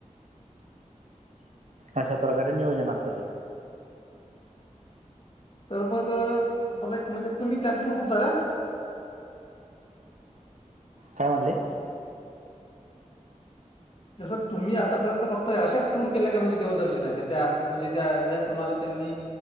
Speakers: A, on the right; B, on the left.
A: अशा प्रकारे नियोजन असत ते.
B: तर मग मला एक म्हणजे तुम्ही त्यातून खूप झाला.
A: काय म्हटले?
B: जसं तुम्ही आतापर्यंत फक्त अशाच टूर केल्या का म्हणजे देवदर्शनाच्या त्या म्हणजे त्या ज्या तुम्हाला त्यांनी